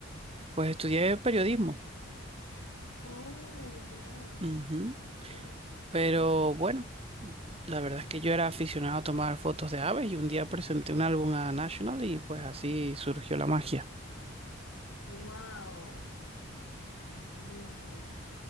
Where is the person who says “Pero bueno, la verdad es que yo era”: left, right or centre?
Right